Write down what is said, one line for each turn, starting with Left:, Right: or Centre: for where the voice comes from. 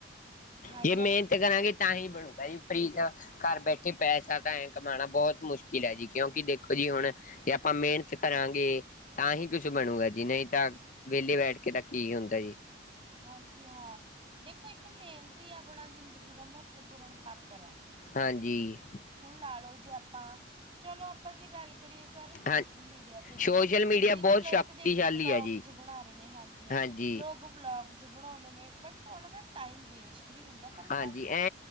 Right: ਹਾਂਜੀ
Left: ਜੇ ਮਿਹਨਤ
Right: ਹਾਂ।
Left: ਕਰਾਂਗੇ ਤਾਂ ਹੀ ਬਣੂਗਾ ਜੀ ਫ੍ਰੀ ਦਾ ਕਾਰ ਬੈਠੇ ਪੈਸਾ ਤਾਂ ਐਂ ਕਮਾਉਣਾ ਬੋਤ ਮੁਸ਼ਕਿਲ ਐ ਜੀ ਕਿਉਂਕਿ ਦੇਖੋ ਜੀ ਹੁਣ ਜੇ ਆਪਾਂ ਕਰਾਂਗੇ ਤਾਂ ਹੀ ਕੁਛ ਬਣੂਗਾ ਜੀ ਨੀ ਤਾ ਵੇਲੇ ਬੈਠ ਕੇ ਤਾਂ ਕੀ ਹੁੰਦਾ ਜੀ।
Right: ਹਾਂਜੀ ਹਾਂ ਦੇਖੋ ਇੱਕ ਮਿਹਨਤੀ ਆਪਣਾ ਜ਼ਿੰਦਗੀ ਦਾ ਮਹੱਤਵਪੂਰਨ ਪਾਤਰ ਆ
Left: ਹਾਂਜੀ
Right: ਹੂਨ ਲਾ ਲੋ ਜੇ ਆਪਾਂ ਚਲੋ ਆਪਾਂ ਜੇ ਗੱਲ ਕਰੀਏ ਸਰ ਸੋਸ਼ਲ
Left: ਹਾਂ
Right: ਮੀਡੀਆ ਤੇ ਵੀ
Left: ਸੋਸ਼ਲ ਮੀਡੀਆ
Right: ਜਿਦੇ
Left: ਬਹੁਤ
Right: ਲੋਕ
Left: ਸ਼ਕਤੀਸ਼ਾਲੀ
Right: ਦੇਖੀ ਬਲੋਗਸ
Left: ਹੈ ਜੀ
Right: ਜੇ ਬਣਾ ਰਹੇ ਨੇ ਹਾਂਜੀ ਆ
Left: ਹਾਂਜੀ
Right: ਲੋਕ ਵਲੋਗ ਜੇ ਬਣਾਉਂਦੇ ਨੇ ਬਟ ਉਨਾਂ ਦਾ ਟਾਈਮ ਵੇਸਟ ਵੀ ਹੁੰਦਾ। ਬਟ
Left: ਹਾਂਜੀ ਐ